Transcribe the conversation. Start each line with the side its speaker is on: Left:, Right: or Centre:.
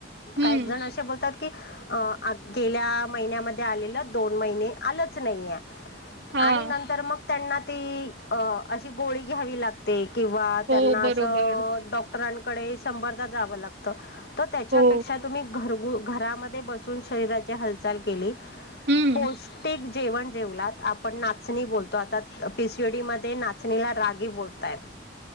Right: हं,
Left: काही जण असे बोलतात कि गेल्या महिन्यामध्ये आलेलं दोन महिने आलंच नाहीये.
Right: हां,
Left: आणि नंतर मग त्यांना ती अ अशी गोळी घ्यावी लागते. किंवा त्यांना
Right: हो, बरोबर.
Left: असं डॉक्टरांकडे शंभरदा जावं लागतं. तर त्याच्यापेक्षा
Right: हो,
Left: तुम्ही घरगु घरामध्ये बसून शरीराची हालचाल केली.
Right: हं,
Left: पौष्टिक जेवण जेवलात आपण नाचणी बोलतो आता पीसीयूडी मध्ये नाचणीला रागी बोलताय